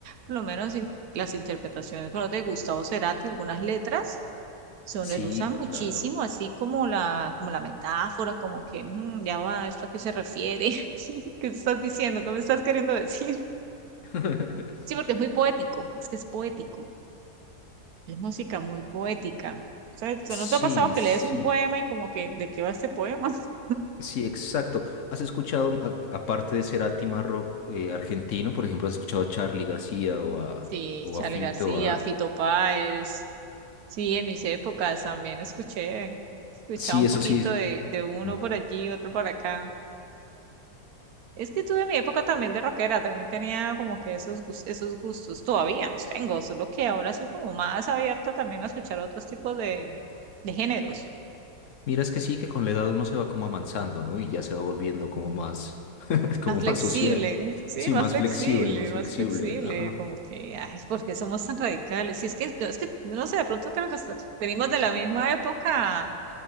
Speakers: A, on the right; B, on the left.
A: por lo menos in- las interpretaciones por ejemplo, de Gustavo Cerati, algunas letras son,
B: Sí,
A: él usa muchísimo,
B: claro.
A: así como la, como la metáfora, como que "Mm, ya va, ¿esto a qué se refiere? <laughs> ¿Qué estás diciendo? ¿Qué me estás queriendo decir?
B: <laughs>
A: Sí, porque es muy poético, es que es poético, es música muy poética. O sea, ¿No
B: Sí,
A: te ha pasado que
B: sí,
A: lees un poema y como que, ¿de qué va este poema? <laughs>
B: sí, exacto. ¿Has escuchado, a- aparte de ser a rock eh, argentino, por ejemplo, has escuchado a Charly García o a,
A: Sí,
B: o
A: Charly
B: a Fito?
A: García,
B: A...
A: Fito Páez. Sí, en mis épocas también escuché, escuchaba
B: Sí,
A: un
B: eso
A: poquito
B: sí. es-
A: de, de uno
B: Uf.
A: por allí, otro por acá. Es que tuve mi época también de rockera, también tenía como que esos, gus- esos gustos, todavía los tengo, solo que ahora soy como más abierta también a escuchar otros tipos de, de géneros.
B: Mira, es que sí, que con la edad uno se va como amansando, ¿no? Y ya se va volviendo como más, <laughs> como
A: Más flexible,
B: más social.
A: sí,
B: Sí,
A: más
B: más
A: flexible,
B: flexible, más
A: más
B: flexible.
A: flexible,
B: Ajá.
A: como que, ay, ¿por qué somos tan radicales? Si es que, no, es que, no sé, de pronto creo que hasta- venimos de la misma época